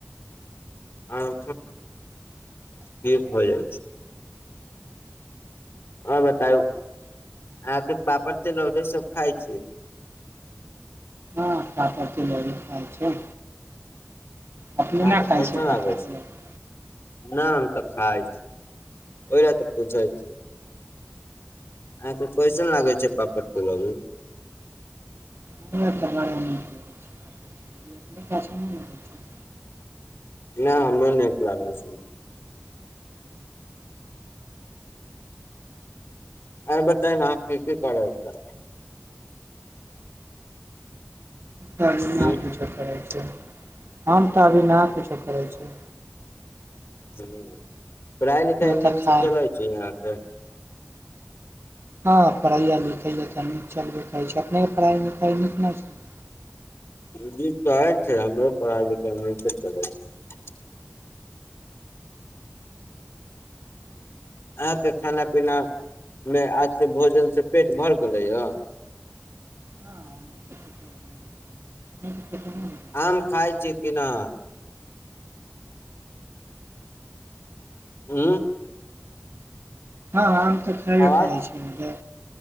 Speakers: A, on the left (about 90°); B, on the right (about 70°).
A: <unintelligible> जाइ छै हँ बतायउ अहाँके पापड़ तिलौरी सब खाय छी
B: हम पापड़ तिलौरी खाय छै अपने
A: अहाँक
B: नहि खाइ
A: कैसन
B: छै
A: लागै
B: पापड़
A: छै
B: तिलौड़ी
A: ना हम तऽ खाय छी ओहि लए तऽ पूछै छीै अहाँके कइसन लागै छै पापड़ तिलौरी
B: हमरा तऽ बड़ा नीक लगैछै अपने कऽ अच्छा नहि लगैछै
A: नहि हमरो नीक लागै छै आओर बतायौ न अहाँ की की करै छै
B: तऽ
A: हूँ
B: ना कुछो करै छै हम तऽ अभि ना कुछो करै छियै
A: ह पढ़ाइ
B: अपने
A: लिखाइ नीकसँ
B: तऽ खाइ
A: चलै छै यहाँके
B: हँ पढ़ैया लिखैया तऽ नीक चलबे करैत छै अपनेके पढ़ाइ लिखाइ नीक नहि छै
A: जी त आय छै हमरो पढ़ाय लिखाय नीक सँ चलै छै अहाँके खाना पीनामे आजके भोजनसँ पेट भरि गेलैए
B: हँ हमरा तऽ ठीके होबे करैया। अपने के केतना होबे
A: आम
B: छै?
A: खाइ छी किना हूॅं
B: हँ आम तऽ खबे
A: आवाज
B: करइ छै